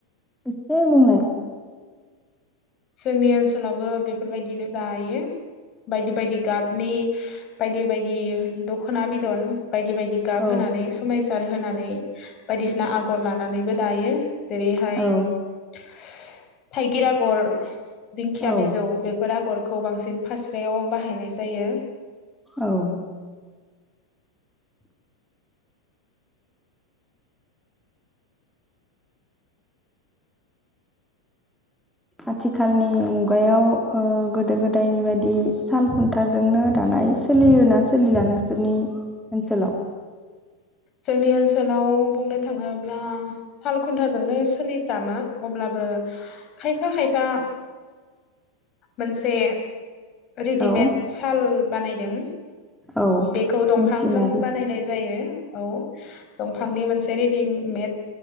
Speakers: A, in the centre; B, on the left.
A: एसे बुंलाय।
B: जोंनि ओनसोलावबो बेफोरबायदिनो दायो बायदि बायदि गाबनि बायदि बायदि दख'ना बिदन बायदि बायदि गाब
A: औ
B: होनानै समायस होर होनानै बायदिसिना आगर लानानैबो दायो । जेरै हाय
A: औ
B: <unintelligible> थाइगिर आग गर दिंखिया
A: औ
B: बिजौ बेफोर आगर। खौ बांसिन फास्रायाव बाहायनाय जायो ।
A: औ। आथिखालनि मुगायाव ओ गोदो-गोदायनि बायदि साल खुन्थाजोंनो दानाय सोलियोना सोलिला नोंसोरनि ओनसोलाव?
B: जोंनि ओनसोलाव बुंनो थाङोब्ला साल खुन्थाजोंनो सोलिफ्रामो अब्लाबो खायफा खायफा मोनसे रेदिमेद
A: औ
B: साल बानायदों
A: औ
B: बेखौ दंफांजों
A: मेसिनारि
B: बानायनाय जायो । औ दंफांनि मोनस बे रेडिमेड